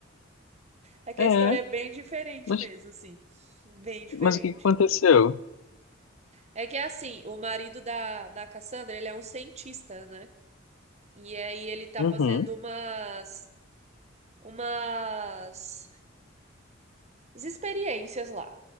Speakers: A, on the right; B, on the left.
A: É que
B: é,
A: a história
B: é.
A: é bem diferente
B: Mas,
A: mesmo, assim. Bem diferente.
B: mas o que que aconteceu?
A: É que assim, o marido da, da Cassandra, ele é um cientista, né? E aí ele tá
B: Uhum.
A: fazendo umas. Umas as experiências lá.